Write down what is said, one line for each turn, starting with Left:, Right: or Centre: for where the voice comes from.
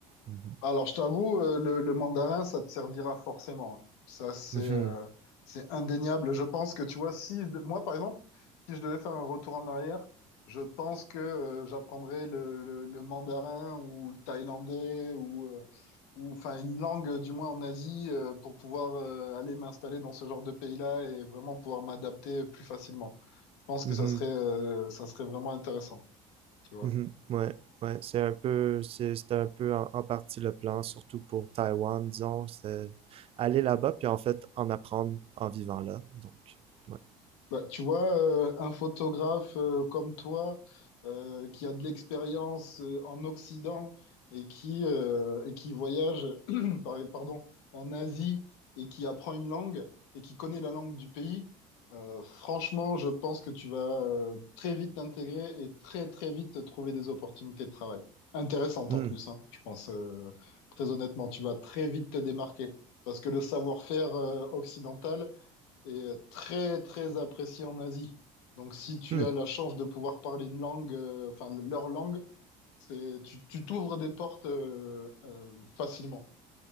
Right: Mhm.
Left: Alors, je t'avoue, euh, le, le mandarin, ça te servira forcément. hein. Ça, c'est
Right: Mhm,
Left: euh, c'est indéniable. Je pense que, tu vois, si je de- moi, par exemple, si je devais faire un retour en arrière, je pense que euh, j'apprendrais le, le- le mandarin ou le thaïlandais ou, euh, ou enfin une langue, du moins en Asie, euh, pour pouvoir euh, aller m'installer dans ce genre de pays-là et vraiment pouvoir m'adapter plus facilement. Je pense que
Right: mhm.
Left: ça serait, euh, ça serait vraiment intéressant, tu vois.
Right: Mhm. Ouais, ouais, c'est un peu, c'est- c'était un peu en, en partie le plan, surtout pour Taïwan, disons, c'est aller là-bas puis en fait en apprendre en vivant là. Donc, ouais.
Left: Bah, tu vois, euh, un photographe euh, comme toi, euh, qui a de l'expérience euh, en Occident et qui, euh, et qui voyage <clears throat> par- pardon, en Asie et qui apprend une langue et qui connaît la langue du pays, euh, franchement, je pense que tu vas euh, très vite t'intégrer et très très vite trouver des opportunités de travail. Intéressantes
Right: Mhm.
Left: en plus, hein, je pense, euh, très honnêtement, tu vas très vite te démarquer parce que le savoir-faire euh, occidental est très très apprécié en Asie. Donc si tu
Right: Hmm.
Left: as la chance de pouvoir parler une langue, euh, enfin leur langue, c'est tu tu t'ouvres des portes euh, euh, facilement.